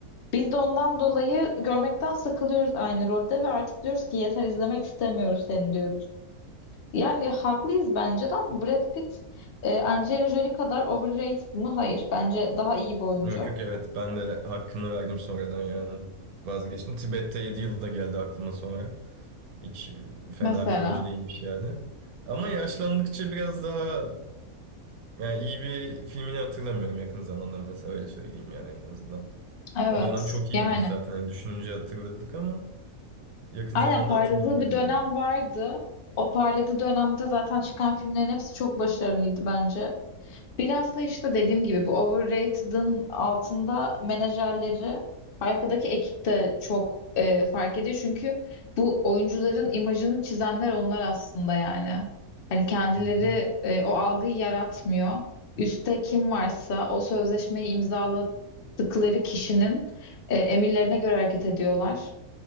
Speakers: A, on the left; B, on the right.
A: Biz de ondan dolayı görmekten sıkılıyoruz aynı rolde ve artık diyoruz ki yeter izlemek istemiyoruz seni diyoruz. Yani haklıyız bence de ama Brad Pitt e, Angelina Jolie kadar overrated mı? Hayır. Bence daha iyi bir oyuncu.
B: Yok yok evet ben de hakkını verdim sonradan yani. Vazgeçtim. Tibet'te 7 yılda geldi aklıma sonra. Hiç fena
A: Mesela.
B: bir oyuncu değilmiş yani. Ama yaşlandıkça biraz daha yani iyi bir filmini hatırlamıyorum yakın zamanda mesela öyle söyleyeyim yani en azından.
A: Evet.
B: O dönem çok iyiymiş
A: Yani.
B: zaten Yani düşününce hatırladık ama yakın
A: Aynen
B: zamanda
A: parladığı
B: hatırlamıyorum
A: bir dönem
B: dedim.
A: vardı. O parladığı dönemde zaten çıkan filmlerin hepsi çok başarılıydı bence. Biraz da işte dediğim gibi bu overrated'ın altında menajerleri arkadaki ekip de çok e, fark ediyor. Çünkü bu oyuncuların imajını çizenler onlar aslında yani. Hani kendileri
B: Hı hı.
A: e, o algıyı yaratmıyor. Üste kim varsa o sözleşmeyi imzaladıkları kişinin e, emirlerine göre hareket ediyorlar.